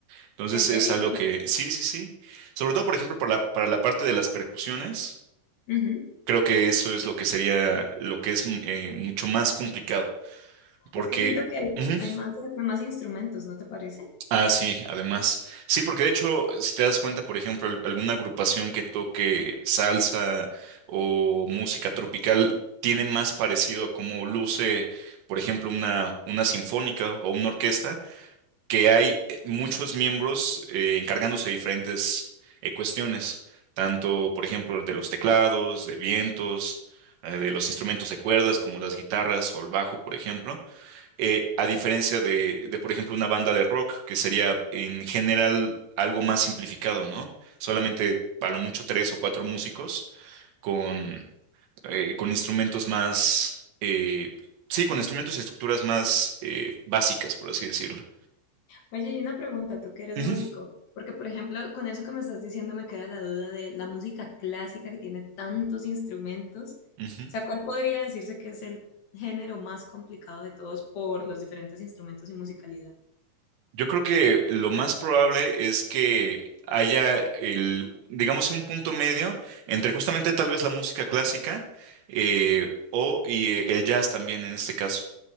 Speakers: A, on the right; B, on the left.
A: Entonces
B: ¿En serio?
A: es algo que, sí, sí, sí. Sobre todo, por ejemplo, para la, para la parte de las percusiones,
B: Ujú.
A: creo que eso es lo que sería, lo que es mm, eh, mucho más complicado, porque...
B: Es que siento que
A: ujú,
B: hay más, hay más instrumentos, ¿no te parece?
A: Ah, sí, además. Sí, porque de hecho, si te das cuenta, por ejemplo, al- alguna agrupación que toque salsa o música tropical tiene más parecido a cómo luce, por ejemplo, una, una sinfónica o una orquesta, que hay eh, muchos miembros eh, encargándose de diferentes eh, cuestiones, tanto, por ejemplo, de los teclados, de vientos, eh, de los instrumentos de cuerdas como las guitarras o el bajo, por ejemplo eh, a diferencia de, de, por ejemplo, una banda de rock, que sería en general algo más simplificado, ¿no? Solamente a lo mucho tres o cuatro músicos con, eh, con instrumentos más, eh, sí, con instrumentos y estructuras más eh, básicas, por así decirlo.
B: Oye, y una pregunta, tú que eres
A: Ujú,
B: músico, porque por ejemplo, con eso que me estás diciendo me queda la duda de la música clásica que tiene tantos instrumentos.
A: ujú.
B: O sea, ¿cuál podría decirse que es el género más complicado de todos por los diferentes instrumentos y musicalidad?
A: Yo creo que lo más probable es que haya el, digamos, un punto medio entre justamente tal vez la música clásica eh, o y eh, el jazz también en este caso.